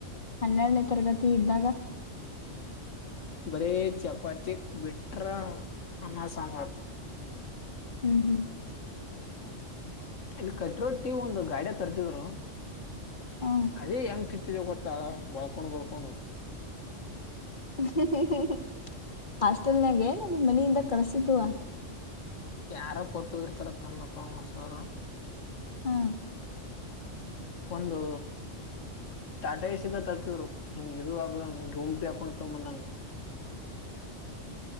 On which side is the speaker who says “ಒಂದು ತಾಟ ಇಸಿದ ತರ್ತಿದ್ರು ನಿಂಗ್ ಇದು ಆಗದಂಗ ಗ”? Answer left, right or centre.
Left